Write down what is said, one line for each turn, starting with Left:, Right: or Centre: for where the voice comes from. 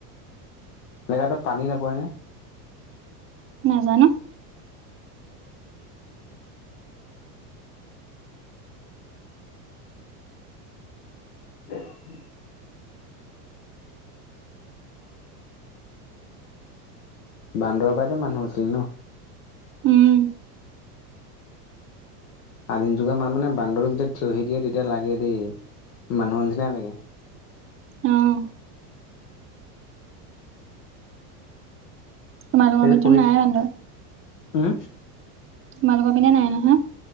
Left: সেহেঁতৰ <unintelligible> পানী নপৰেনে?
Right: নেজানো।
Left: <inaudible> বান্দৰৰ পৰাইতো মানুহ হৈছিল ন?
Right: উম
Left: আদিম যুগৰ মা মানে বান্দৰটো যেতিয়া থিয়হি দিয়ে, তেতিয়া লাগে দেই, মানুহৰ নিচিনাই লাগে।
Right: উম তোমালোকৰ
Left: সেই যে
Right: পিনেতো
Left: পৰি
Right: নাই বান্দৰ?
Left: উম
Right: তোমালোকৰ পিনে নাই নহয়?